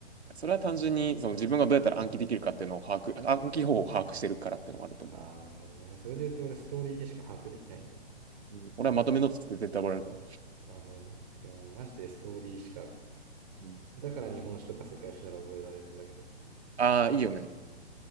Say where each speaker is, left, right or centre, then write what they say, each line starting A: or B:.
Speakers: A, on the right; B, on the right.
A: それは単純にその自分がどうやったら暗記できるかっていうのを把握、暗記方法を把握してるからっていうのもあると思うわ。
B: ああ、なるほどね。それで言うと俺ストーリーでしか把握できないんだよな。
A: うん俺はまとめのつって絶対覚えられるから。
B: なるほどね。いやもうマジでストーリーしか。
A: うん
B: だから日本史とか世界史なら覚えられるんだけど。
A: ああ、いいよね。